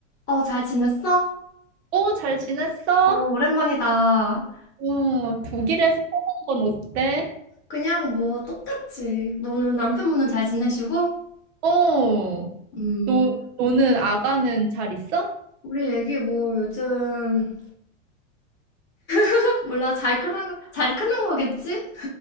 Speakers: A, on the left; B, on the right.
A: 어, 잘 지냈어?
B: 어, 잘 지냈어?
A: 어, 오랜만이다.
B: 어, 독일에서 사는 건 어때?
A: 그냥 뭐 똑같지. 너는 남편분은 잘 지내시고?
B: 어,
A: 음,
B: 너, 너는 아가는 잘 있어?
A: 우리 애기 뭐 요즘 <laughs> 몰라 잘 크는 잘 크는 거겠지?